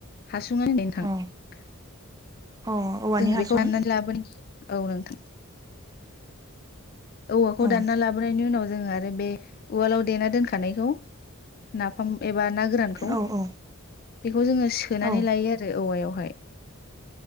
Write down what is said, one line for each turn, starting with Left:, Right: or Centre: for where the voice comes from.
Left: <unintelligible>
Right: औ अ औवानि
Left: जों
Right: हासुं
Left: बेखौ <unintelligible> औ नोंथां औवाखौ
Right: औ
Left: दानना लाबोनायनि उनाव जोङो बे उवालाव देना दोनखानायखौ नाफाम एबा ना गोरानखौ
Right: औ औ
Left: बेखौ जोङो सोनानै
Right: औ
Left: लायो आरो औवायावहाय।